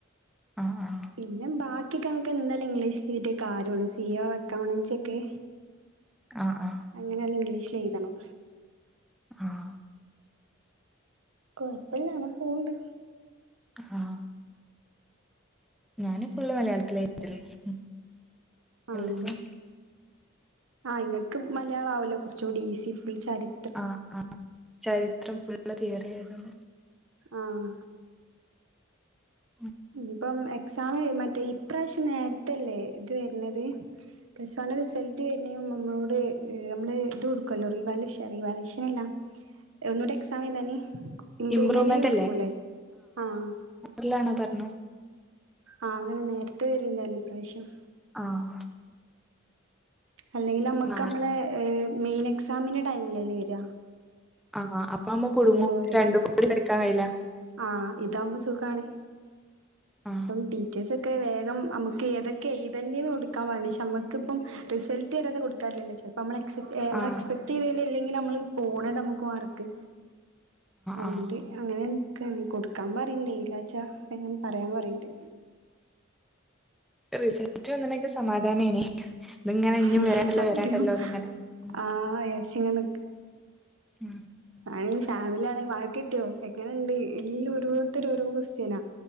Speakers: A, in the centre; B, on the right (about 80°).
A: ആഹ് ആഹ്
B: പിന്നെ ബാക്ക്യൊക്കെ ഞമ്മക്ക് എന്തായാലും ഇംഗ്ലീഷ്ലെയ്തേ കാര്യാെള്ളു സി ഓ എക്കൗണ്ടൻസ്യൊക്കെ
A: ആഹ് ആഹ്
B: എങ്ങെന്യാലും ഇംഗ്ലീഷ്ലെയ്തെണം
A: ആഹ്
B: കൊയ്പ്പല്ല അങ്ങനെ പോവ്ണ്ട്
A: ആഹ് ഞാന് ഫുള്ള് മലയാൾത്തില എയ്തെല് ഉം
B: ആഹ്
A: എല്ലതും
B: ആഹ് ഇങ്ങെക്ക് മലയാളാവല്ലോ കാെർച്ചൂടി ഈസി ഫുൾ ചരി
A: ആഹ് ആഹ് ചരിത്രം ഫുള്ള് തിയെറ്യാ എഴ്ത്‌ന്നെ
B: ആഹ്
A: ഉം
B: ഇനിപ്പം എക്സാം മറ്റേ ഇപ്രാശ്യം നേര്ത്തെല്ലേ ഇത് വെര്നെത് പ്ലസ് വണ്ണ് റിസെൾട്ട് വെര്ണേന്‌മുന്പ് മ്മളോട് അമ്മെള് ഇത് കൊടുക്കല്ലോ റിവാല് ഷേ റിവാല്വേഷനല്ലാ ഒന്നൂടെ എക്സാമെയ്താന് ഇമ്പ്രൂമെന്റിന്
A: ഇംപ്രൂവ്മെന്റ്
B: കൊട്ക്കൂലേ ആഹ്
A: ല്ലാണ് പർഞ്ഞു
B: ആഹ് അങ്ങനെ നേര്ത്തെ വെര്ണ്ട്ർഞ്ഞു ഇപ്രാവ്ശ്യം
A: ആഹ്
B: അല്ലെങ്ങില് അമ്മക്ക്
A: ആറ്
B: അമ്മളെ ഏഹ് മെയ്നെക്സാമ്ന്റെ ടൈമിലെല്ലേ വെരാ
A: ആഹ് അപ്പ അമ്മ കുട്ങ്ങും
B: പറയല്
A: രണ്ടും കൂടി പഠിക്കാൻ കഴിയ്ല
B: ആഹ് ഇതാവുമ്പ സുഖാണ്
A: ആ
B: പ്പം ടീച്ചേഴ്സാെ ക്കെ വേഗം അമ്മക്ക് ഏതൊക്കെ എയ്തെണ്ട്യേന്നൊട്ക്കാൻ പർഞ്ഞ് ഷെ അമ്മക്ക്പ്പം റിസെൾട്ട് വെരാതെ കൊട്ക്കാറ്റുലല്ലോ ചെൽപ്പം അമ്മെളെ എക്സെപ് ഏഹ് ഞമ്മെള്
A: ആ
B: എക്സ്പെക്ടെയ്തേല് ഇല്ലെങ്കില് അമ്മള് പോണെതെമ്മക്ക് മാർക്ക് അതോണ്ട്
A: ആ
B: അങ്ങെനെ ന്ക്കാണ് കൊട്ക്കാം പറീണ്ട് എയ്ലാച്ചാ <unintelligible> പറ്യാൻ പറീണ്ട്.
A: റിസെൽറ്റ് വന്ന്ണെങ്കി സമാധാനേനി ത്ങ്ങെനെ ഇഞ്ഞും
B: ഉം
A: വെരാണ്ടല്ലോ
B: സത്യം
A: വെരാണ്ടല്ലോന്ന്ങ്ങെനെ ഉം
B: ആഹ് വിചാരിച്ചിങ്ങനെ
A: ഉം
B: അയ്ന്‌ ഫാമിലി ആണെ മാർക്ക് കിട്ടിയോ എങ്ങനെണ്ട് എല്ലം ഓരോര്ത്തര് ഓരോ കൊസ്യനാ?